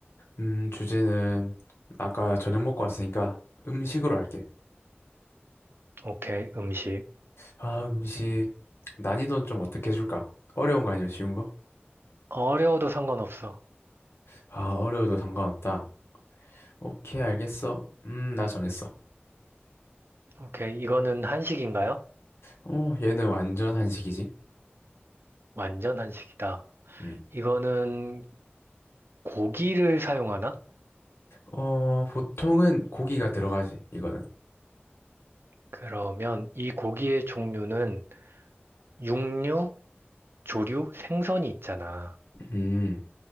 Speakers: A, on the left; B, on the right.
A: 음, 주제는, 아까 저녁 먹고 왔으니까, 음식으로 할게.
B: 오케이, 음식.
A: 아, 음식, 난이도는 좀 어떻게 해줄까? 어려운 거 아니면 쉬운 거?
B: 어려워도 상관없어.
A: 아, 어려워도 상관없다. 오케이, 알겠어. 음, 나 정했어.
B: 오케이, 이거는 한식인가요?
A: 어, 얘는 완전 한식이지?
B: 완전 한식이다.
A: 음.
B: 이거는 고기를 사용하나?
A: 어, 보통은 고기가 들어가지, 이거는.
B: 그러면 이 고기의 종류는 육류, 조류, 생선이 있잖아.
A: 음.